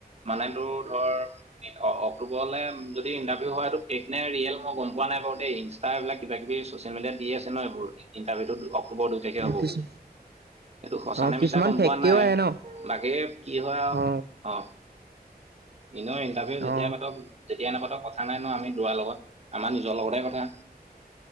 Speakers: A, on the right (about 40°); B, on the right (about 80°).
A: মানে তোৰ ধৰ অক্টোবৰলে যদি ইণ্টাৰভিউ হয়টো ফেক নে, ৰিয়েল মই গম পোৱা নাই বাৰু দেই। তাই এইবিলাক কিবা, কিবি ছচিয়েল মডিয়াত দি আছে ন, এইবোৰ ইটাৰভিও টো অক্টোবৰ দুই তাৰিখে হ'ব
B: কিছু
A: বুলি, এইটো সঁচানে
B: অ কিছুমান
A: মিছা গম
B: ফেক্টৰীও
A: পোৱা নাই,
B: আহে ন
A: বাকী কি হয়, আৰু
B: অ
A: অ, এনেও ইণ্টাৰভিউ যেতিয়া
B: অ
A: পাতক, যেতিয়া নাপাতক কথা নাই ন, আমি দৌৰা লগত, আমাৰ নিজৰ লগতহে কথা। <unintelligible>